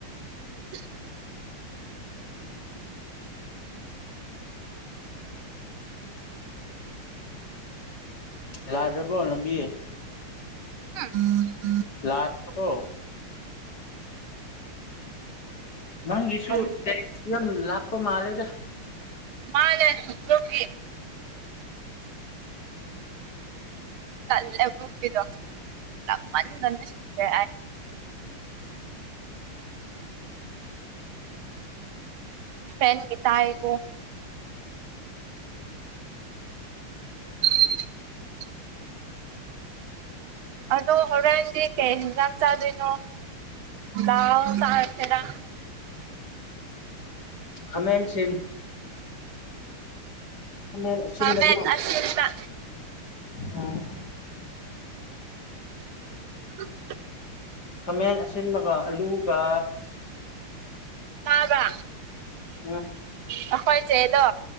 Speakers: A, on the right (about 75°); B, on the left (about 50°).
A: <unintelligible>
B: ꯂꯥ꯭ꯔꯕꯣ ꯂꯝꯕꯤ꯫
A: ꯎ ꯎꯝ
B: ꯂꯛꯄꯔꯣ꯫ ꯃꯥꯒꯤꯁꯨ
A: ꯑꯗꯨ
B: ꯇꯦꯛꯁ ꯌꯥꯝꯝ ꯂꯥꯛꯄ ꯃꯥꯂꯦꯗ꯫
A: ꯃꯥꯂꯦ ꯍꯨꯒꯤ꯫ ꯀꯜꯦꯕꯨꯄꯗꯣꯃꯅꯤ ꯅꯅꯁꯗꯦ꯫ ꯐꯦꯟ ꯒꯤ ꯇꯥꯏꯕꯣ꯫ <unintelligible> ꯑꯗꯣ ꯍꯣꯔꯦꯟꯗꯤ ꯀꯩ ꯌꯦꯟꯁꯥꯡ ꯆꯥꯗꯣꯏꯅꯣ ꯂꯗꯥꯥꯎ ꯆꯥꯔꯁꯤꯦꯔꯥ꯫
B: ꯈꯃꯦꯟꯁꯤꯡꯟ ꯈꯥꯃꯦꯟ ꯑꯁꯤꯟꯕꯒ
A: ꯈꯥꯃꯦꯟ ꯑꯁꯤꯟꯕ꯫
B: ꯎꯝ꯫
A: <unintelligible>
B: ꯈꯥꯃꯦꯟ ꯑꯁꯤꯟꯕꯒ ꯑꯂꯨꯒ꯫
A: ꯇꯥꯕ꯫
B: ꯑ꯫
A: ꯑꯩꯈꯣꯏ ꯆꯦꯗꯣ꯫